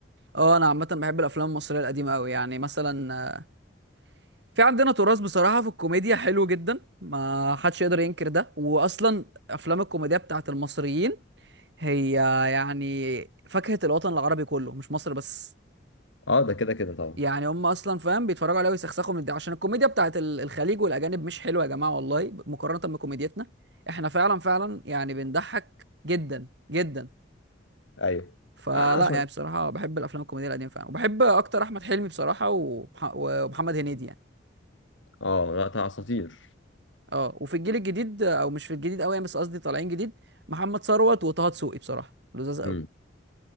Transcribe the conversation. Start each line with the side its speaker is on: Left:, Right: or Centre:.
Right: اه انا عامه بحب الافلام المصريه القديمه قوي يعني مثلا آه، في عندنا تراث بصراحه في الكوميديا حلو جدا ما حدش يقدر ينكر ده واصلا افلام الكوميديا بتاعت المصريين هي يعني فاكهه الوطن العربي كله مش مصر بس
Left: اه ده كده كده طبعا
Right: يعني هم اصلا فاهم بيتفرجوا عليها ويسخسخوا من ده عشان الكوميديا بتاعت ال- الخليج والاجانب مش حلوه يا جماعه والله مقارنه بكوميديتنا احنا فعلا فعلا يعني بنضحك جدا جدا
Left: ايوه
Right: فلا
Left: آه عشان
Right: يعني بصراحه بحب الافلام الكوميديه القديمه فعلا وبحب اكتر احمد حلمي بصراحه ومح- ومحمد هنيدي يعني
Left: اه لا اساطير
Right: اه وفي الجيل الجديد او مش في الجديد قوي بس قصدي طالعين جديد محمد ثروت وطه دسوقي بصراحه لذاذ
Left: امم
Right: قوي